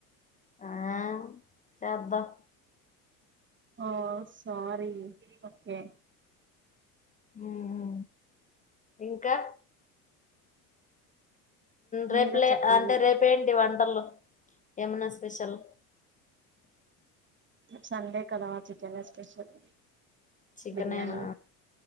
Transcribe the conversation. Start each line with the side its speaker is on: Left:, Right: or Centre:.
Left: ఆ చేద్దాం
Right: ఆఓ సారీ ఓకే
Left: హ ఇంకా రేపులే
Right: మీరే చెప్పాలి
Left: అంటే రేపేంటి వంటలు ఏమన్నా స్పెషల్
Right: సండే కద చికెన్ నే స్పెషల్
Left: చికెనేనా
Right: బిర్యానీ.